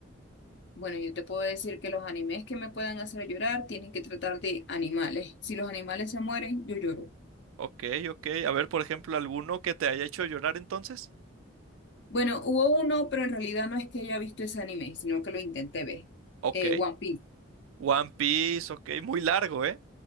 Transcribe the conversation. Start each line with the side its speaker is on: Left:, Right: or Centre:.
Left: bueno, yo te puedo decir que los animes que me puedan hacer llorar tienen que tratar de animales. Si los animales se mueren, yo lloro.
Right: Ok, ok. A ver, por ejemplo, alguno que te haya hecho llorar entonces.
Left: Bueno, hubo uno, pero en realidad no es que haya visto ese anime, sino que lo intenté ver.
Right: Ok.
Left: Eh, One Piece.
Right: One Piece, ok. Muy largo, ¿eh?